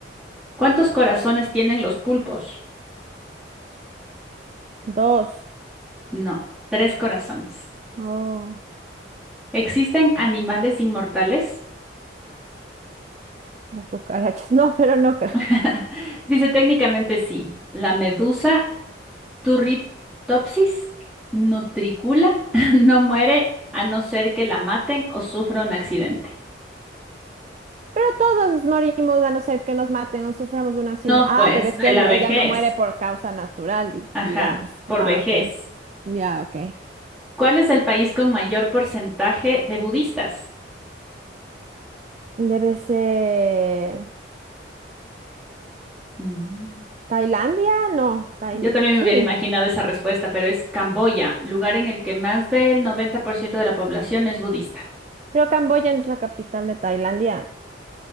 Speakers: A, in the centre; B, on the right.
A: ¿Cuántos corazones tienen los pulpos?
B: Dos.
A: No, tres corazones.
B: Oh.
A: ¿Existen animales inmortales?
B: Las cucarachas, no, pero no creo.
A: <laughs> Dice técnicamente sí. La medusa Turritopsis nutricula <laughs> no muere a no ser que la maten o sufra un accidente.
B: Pero todos morimos a no ser que nos maten o suframos un accidente.
A: No,
B: Ah,
A: pues,
B: pero es
A: de
B: que él-
A: la vejez.
B: ella no muere por causa natural, di-
A: Ajá,
B: digamos.
A: por
B: Ah,
A: vejez.
B: ok. Ya, ok.
A: ¿Cuál es el país con mayor porcentaje de budistas?
B: Debe ser
A: Mm.
B: Tailandia, no, Tail-
A: Yo también
B: sí.
A: me hubiera imaginado esa respuesta, pero es Camboya, lugar en el que más del 90% de la población es budista.
B: Creo Camboya no es la capital de Tailandia.